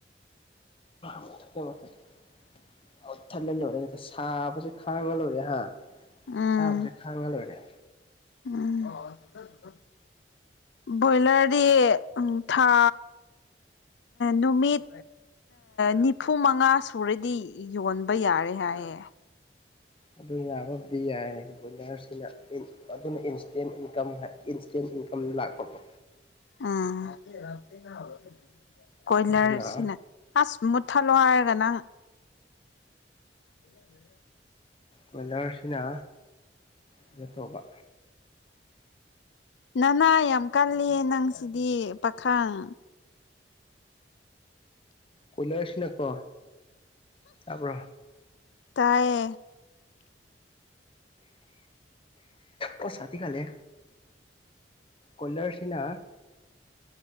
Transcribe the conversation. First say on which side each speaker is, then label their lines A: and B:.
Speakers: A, on the left; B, on the left.
A: ꯃꯨꯊꯠꯀꯦ ꯃꯨꯊꯠꯀꯦ ꯃꯨꯊꯠꯂꯥꯂꯣꯏꯔꯦ ꯁꯥꯕꯁꯦ ꯈꯥꯡꯉ ꯂꯣꯏꯔꯦ ꯍꯥ
B: ꯎꯝ
A: ꯑꯁꯥꯕꯥꯁꯦ ꯈꯥꯡꯉ ꯂꯣꯏꯔꯦ
B: ꯎꯝ ꯕꯣꯏꯂꯔꯗꯤ ꯎꯝ ꯊꯥ ꯅꯨꯃꯤꯠ ꯅꯤꯐꯨ ꯃꯉꯥ ꯁꯨꯔꯗꯤ ꯌꯣꯟꯕ ꯌꯥꯔꯦ ꯍꯥꯏꯌꯦ
A: ꯑꯗꯨ ꯌꯥꯕꯕꯨꯗꯤ ꯌꯥꯏ ꯕꯣꯏꯂꯔꯁꯤꯅ ꯑꯗꯨꯅ ꯏꯟꯁꯇꯦꯟ ꯏꯟꯀꯝ ꯏꯟꯁꯇꯦꯟ ꯏꯟꯀꯝ ꯂꯥꯛꯄꯀꯣ
B: ꯎꯝ ꯀꯣꯏꯂꯔ
A: ꯑꯗꯨꯅ
B: ꯁꯤꯅ ꯑꯁ ꯃꯨꯊꯠꯂꯣ ꯍꯥꯏꯔꯒ ꯅꯪ ꯎ <inaudible>
A: ꯀꯣꯏꯂꯔꯁꯤꯅ ꯀꯩꯅꯣ ꯇꯧꯕ
B: ꯅꯅꯥ ꯌꯥꯝ ꯀꯜꯂꯤ ꯅꯪꯁꯤꯗꯤ ꯄꯥꯈꯪ
A: ꯀꯣꯏꯂꯔꯁꯤꯅ ꯀꯣ ꯇ꯭ꯔ
B: ꯇꯌꯦ <unintelligible>
A: ꯄꯁꯗꯤꯤ ꯈꯂꯦ ꯀꯜꯥꯔ ꯁꯤꯅ